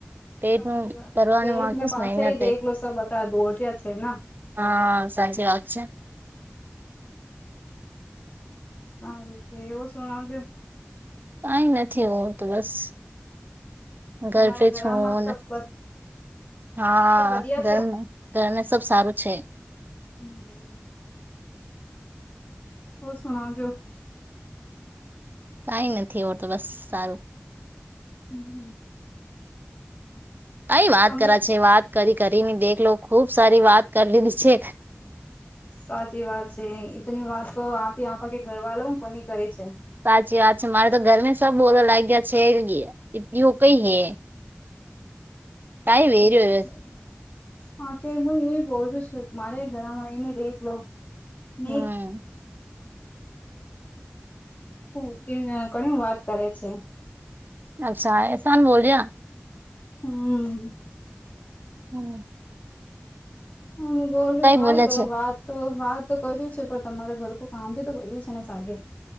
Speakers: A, on the right; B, on the left.
A: પેટનું
B: સાચી વાત
A: કરવાનું
B: છે પેટ
A: માત્ર જ
B: પાછા
A: મહેનત
B: દેખલો
A: હે
B: સબ બતા દોઢિયા ના.
A: હા સાંચી વાત છે.
B: સારું છે એવું શણાવજો.
A: કઈ નથી હું તો બસ <unintelligible>
B: તમારે ઘરમાં
A: છું.
B: સબ
A: હા
B: બધિયા
A: ગરમ
B: છે
A: ગરમે સબ સારું છે.
B: હમ્મ. ઓર સુના જો.
A: કઈ નથી હોર તો બસ સારું.
B: હમ્મ.
A: આઈ વાત
B: તમે
A: કરા છે વાત કરી કરી ને દેખલો ખુબ સારી વાત કરી લીધી છે.
B: સાચી વાત છે ઈતની વાતો આપી આપ કે ઘર વાળા હું કોની કરી છે.
A: સાચી વાત છે. મારે તો ઘર સબ બોલવા લાઈગા છે એટલીવું કઈ હે. કઈ
B: હાછી
A: વેર્યો
B: વાત છે. હા કે હું એ બોલું છું મારે ઘરમાં આવીઈને દેખલો ન
A: હમ
B: <unintelligible> <unintelligible> ગાડી વાત કરે છે.
A: અચ્છા એહેસાન બોલ્યા?
B: હમ્મ.
A: હમ્મ.
B: હા હું બોલું કઈ
A: બોલે
B: કરો
A: છે
B: વાત. તો વાત તો કર્યું છે પણ તમારે ઘરકૂટ કામ ભી તો કર્યું છે ને સાગે.